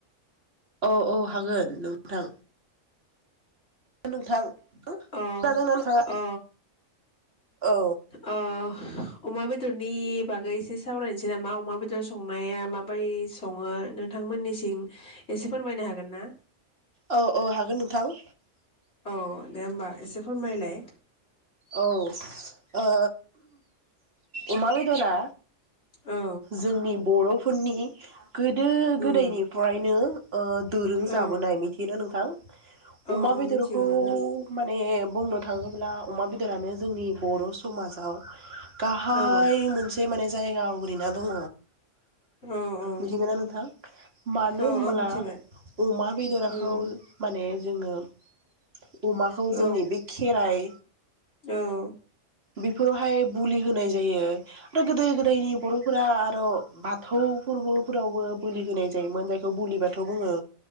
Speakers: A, on the right (about 50°); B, on the left (about 55°).
A: औ औ हागोन नोंथां। नोंथां।
B: अ
A: खोनादोंना नोंथाङा?
B: अ
A: औ
B: अ। अमा बेदरनि बागै एसे सावरायनोसै नामा अमा बेदर संनाया माबोरै सङो नोंथांमोननिसिं एसे फोरमायनो हागोन ना?
A: औ औ हागोन नोंथां।
B: औ दे होमबा एसे फोरमायलाय।
A: औ ओ अमा बेदरा
B: औ
A: जोंनि बर' फोरनि गोदो
B: उम
A: गोदायनिफ्रायनो ओ दोरों जाबोनाय
B: औ
A: मिथियो ना नोंथां?
B: औ
A: अमा
B: औ
A: बेदरखौ
B: मिथिगौ नोंथां
A: माने बुंनो थाङोब्ला अमा बेदरानो जोंनि बर' समाजाव गाहाय
B: औ
A: मोनसे माने जायगा आवग्रिना दङ।
B: औ औ
A: मिथिगोना नोंथां मानो
B: औ
A: ओमबोला
B: औ मिथिबाय
A: अमा बेदरखौ
B: उम
A: माने जोङो <inaudible> अमाखौ
B: औ
A: जोंनि बे खेराइ
B: औ
A: बेफोरावहाय बुलि होनाय जायो। गोदो गोदायनि बर'फोरा औ बाथौ फुर्बोफोरावबो बोलि होनाय जायोमोन जायखौ बुलि बाथौ बुङो।